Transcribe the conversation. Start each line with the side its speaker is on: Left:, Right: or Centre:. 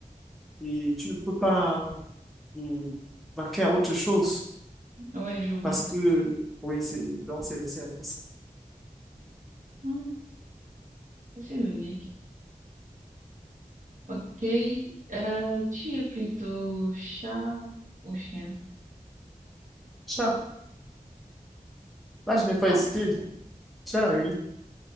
Centre: et tu ne peux pas euh, vaquer à autre chose
Right: ouais, je vois.
Centre: parce que, oui, c'est, donc c'est c'est un peu ça.
Right: Ouais, c'est logique. Ok, euh, tu es plutôt chat ou chien?
Centre: Tiens, là, je n'ai pas
Right: Ah,
Centre: hésité. Tiens, oui.